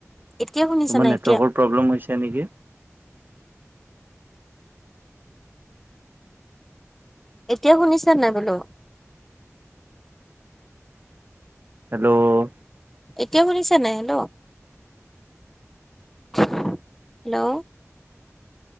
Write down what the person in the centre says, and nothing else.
এতিয়া শুনিছা
নাই
এতিয়া?
এতিয়া শুনিছা নাই বোলো
এতিয়া শুনিছনা নাই হেল্ল' হেল্ল'